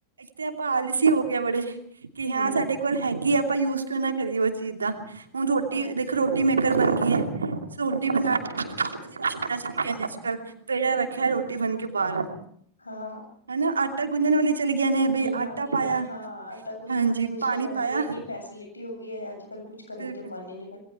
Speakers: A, on the right; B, on the left.
A: ਤੇ ਆਪਾਂ ਆਲਸੀ ਹੋ ਗਿਆ ਬੜੇ ਕਿ ਹਾਂ
B: ਹਮ
A: ਸਾਡੇ ਕੋਲ ਹੈਗੀ ਆ ਆਪਾਂ ਯੂਜ ਕਿਉਂ ਨਾ ਕਰੀਏ ਉਹ ਚੀਜ਼ ਦਾ ਹੁਣ ਰੋਟੀ
B: ਹਾਂ
A: ਦੇਖੋ ਰੋਟੀ ਮੇਕਰ ਬਣ ਗਈ ਰੋਟੀ ਬਣਾਣ ਬਸ ਮਸ਼ੀਨਾਂ ਚ ਅੱਜਕੱਲ ਪੇੜਿਆ ਰੱਖਿਆ ਰੋਟੀ ਬਣ ਕੇ ਬਾਹਰ ਆ
B: ਹਾਂ
A: ਹਨਾ ਆਟਾ ਗੁੰਜਣ ਵਾਲੀ ਚਲੀ ਗਈ ਨੇ ਵੀ
B: ਨਾ
A: ਆਟਾ
B: ਕੀ
A: ਪਾਇਆ
B: ਹੈ ਹਾਂ ਆਟਾ ਗੁੰਨਣ
A: ਹਾਂਜੀ
B: ਮਸ਼ੀਨ
A: ਪਾਣੀ
B: ਗਈ
A: ਪਾਇਆ
B: ਹੈ ਇੰਨੀ ਫੈਸਿਲਿਟੀ ਹੋ ਗਈ ਹੈ ਅੱਜ ਕੱਲ੍ਹ ਕੁਛ ਕਰਨ
A: ਬਿਲਕੁਲ
B: ਤੇ ਮਨ ਨੀ ਪੈ